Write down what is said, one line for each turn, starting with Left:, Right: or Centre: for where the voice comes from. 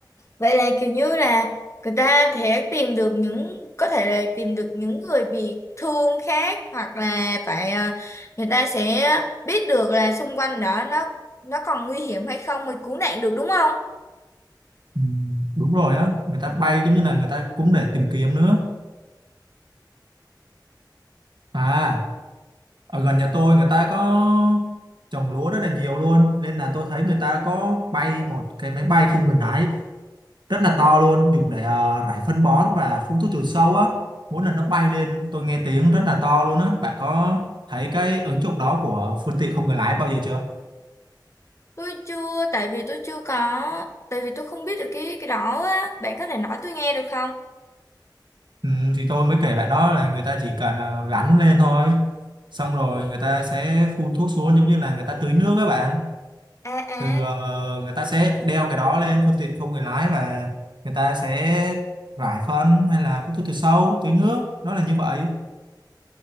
Left: vậy là kiểu như là người ta sẽ tìm được những có thể là tìm được những người bị thương khác hoặc là phải à, người ta sẽ biết được là xung quanh đó nó nó còn nguy hiểm hay không mới cứu nạn được đúng không?
Right: Ừ, đúng rồi á, người ta bay giống như là người ta cũng để tìm kiếm nữa. À ở gần nhà tôi người ta có trồng lúa rất là nhiều luôn nên là tôi thấy người ta có bay một cái máy bay không người lái rất là to luôn dùng để ờ, rải phân bón và phun thuốc trừ sâu á mỗi lần nó bay lên tôi nghe tiếng rất là to luôn á bạn có thấy cái ứng dụng đó của phương tiện không người lái bao giờ chưa
Left: Tôi chưa tại vì tôi chưa có tại vì tôi không biết được cái cái đó á, bạn có thể nói tôi nghe được không?
Right: ừ, thì tôi mới kể bạn đó là người ta chỉ cần ờ, gắn lên thôi xong rồi người ta sẽ phun thuốc xuống giống như là người ta tưới nước các bạn
Left: À à,
Right: từ ờ, người ta sẽ đeo cái đó lên phương tiện không người lái và người ta sẽ rải phân hay là hút thuốc trừ sâu tưới nước nó là như vậy